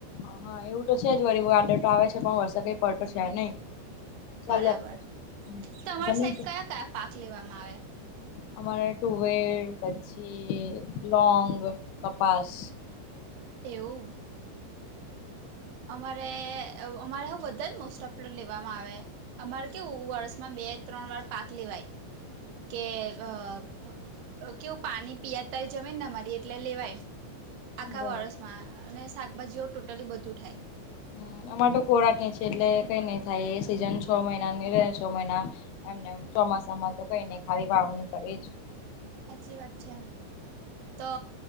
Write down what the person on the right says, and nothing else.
બરાબર
તમારી
સાઇટ
કયા કયા પાક લેવામાં આવે.
એવું અમારે અમારે હ બધા જ મોસ્ટ ઓફ લી લેવામાં આવે અમારે કેવું વર્ષમાં બે ત્રણ વાર પાક લેવાય. કે અ કેવું પાણી. પીઆ તારી જમેનને મારી એટલે લેવાય આખા
વર્ષ માં અને શાકભાજીઓ ટોટલી બધું થાય.
સાચી વાત છે તો